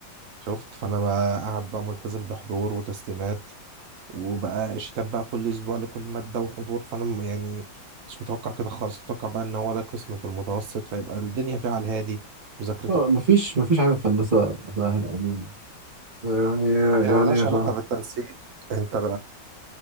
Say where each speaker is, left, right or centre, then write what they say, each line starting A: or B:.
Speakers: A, on the right; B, on the right.
A: شفت فانا بقى قاعد بقى ملتزم بحضور وتسليمات وبقى شتات بقى كل اسبوع لكل مادة وحضور فانا م- يعني كنتش متوقع كده خالص كنت متوقع بقى ان هو ده قسم في المتوسط فيبقى الدنيا فيها على الهادي مذاكرتها
B: آه، مفيش مفيش حاجة في هندسة سهلة عموما يعني
A: هي
B: يعني
A: مالهاش
B: يا شعب
A: علاقة بالتنسيق انت